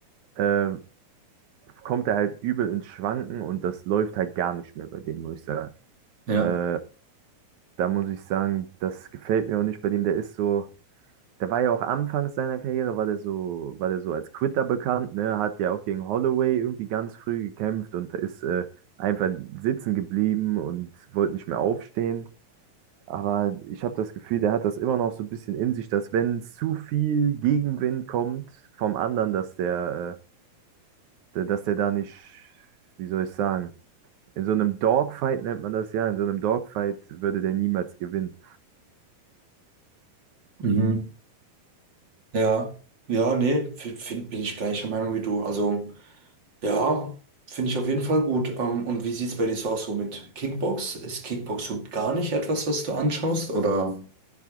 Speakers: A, on the right (about 65°); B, on the right (about 35°).
A: äh, kommt er halt übel ins Schwanken und das läuft halt gar nicht mehr bei dem, muss ich sagen.
B: Ja.
A: Äh, da muss ich sagen, das gefällt mir auch nicht bei dem, der ist so. Der war ja auch anfangs seiner Karriere, war der so, war der so als Quitter bekannt, ne? Hat ja auch gegen Holloway irgendwie ganz früh gekämpft und ist äh, einfach sitzen geblieben und wollte nicht mehr aufstehen. Aber ich habe das Gefühl, der hat das immer noch so ein bisschen in sich, dass wenn zu viel Gegenwind kommt vom anderen, dass der, äh, dass der da nicht, wie soll ich sagen, in so einem Dogfight nennt man das ja, in so einem Dogfight würde der niemals gewinnen.
B: Mhm. Ja. Ja, nee, f- find, bin ich gleicher Meinung wie du. Also. Ja, finde ich auf jeden Fall gut. Ähm, und wie sieht es bei dir so aus so mit Kickbox? Ist Kickbox so gar nicht etwas, was du anschaust? Oder